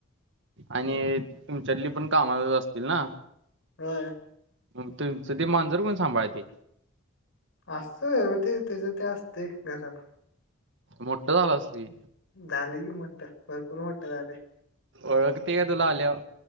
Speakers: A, on the right; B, on the left.
A: आणि तुमच्यातली पण कामातच असतील ना.
B: होय.
A: म तुमचं ते मांजूर कोण सांभाळतय?
B: असत व ते तेज ते असतय घरात.
A: मोठ झालं असल?
B: झालय की मोठठ, भरपूर मोठ झालय.
A: ओळखतय का तुला आल्यावर